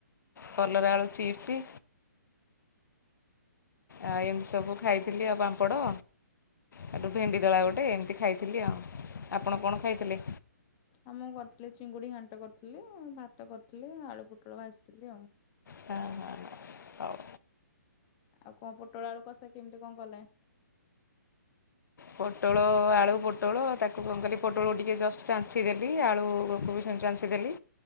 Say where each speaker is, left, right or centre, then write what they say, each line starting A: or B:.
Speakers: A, on the left; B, on the left.
A: କଲରା ଆଳୁ ଚିପ୍ସ୍ ଆଉ ଏମିତି ସବୁ ଖାଇଥିଲି ଆଉ ପାମ୍ପଡ଼ ସେଠୁ
B: ହଁ
A: ଭେଣ୍ଡି ଦଳା ଗୋଟେ ଏମିତି ଖାଇ ଥିଲି ଆଉ ଆପଣ କଣ ଖାଇଥିଲେ?
B: ଆ ମୁଁ କରିଥିଲି ଚିଙ୍ଗୁଡି ଘାଣ୍ଟ କରିଥିଲି ଭାତ କରିଥିଲି ଆଳୁ ପୋଟଳ ଭାଜିଥିଲି ଆଉ।
A: ହଁ ହଁ ହଁ ହଉ।
B: ଆଉ କଁ ପୋଟଳ ଆଳୁ କଷା କେମିତି କଁ କଲ?
A: ପୋଟଳ ଆଳୁ ପୋଟଳ ତାକୁ କଣ କଲି ପୋଟଳକୁ ଟିକେ ଜଷ୍ଟ ଚାଞ୍ଚି ଦେଲି ଆଳୁକୁ ବି ସେମିତି ଚାଞ୍ଚ୍ ଦେଲି।